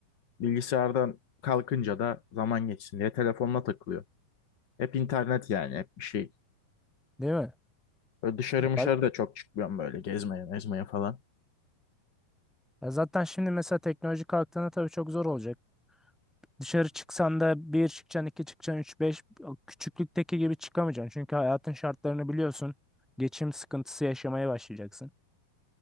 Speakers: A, on the left (about 40°); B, in the centre.
A: Bilgisayardan kalkınca da zaman geçsin diye telefonla takılıyor. Hep internet yani hep bir şey.
B: Değil mi?
A: Böyle dışarı
B: Ya
A: mışarı
B: bak
A: da çok çıkmıyorum böyle gezmeye mezmeye falan.
B: ya zaten şimdi mesela teknoloji kalktığında tabii çok zor olacak. Dışarı çıksan da bir çıkacaksın, iki çıkacaksın, üç, beş o küçüklükteki gibi çıkamayacaksın. Çünkü hayatın şartlarını biliyorsun. Geçim sıkıntısı yaşamaya başlayacaksın.